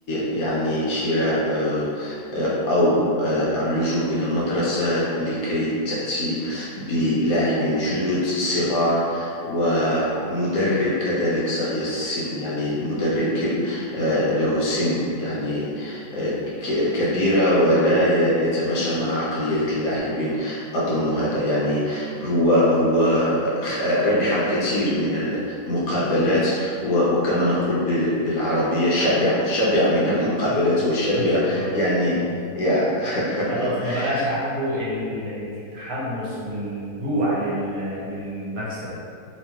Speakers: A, on the left; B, on the right.
A: يعني شراء آه، آه، او آه، اللجوء الى المدرسه لكي تاتي بلاعبين جدد صغار ومدرب كذلك صغير السن يعني المدرب كي- آه، له سن يعني آه، ك- كبيرة ولا ي- يتماشى مع عقلية اللاعبين أظن هذا يعني هو هو خ- ربح الكثير من المقابلات و- وكما نقول بال- بالعربية شبع شبع من المقابلات
B: فاهم.
A: وشبع
B: مظبوط
A: يعني
B: مظبوط
A: يا <laughs>
B: خلاص ما بقاش عنده ال- التحمس والجوع لل... للمكسب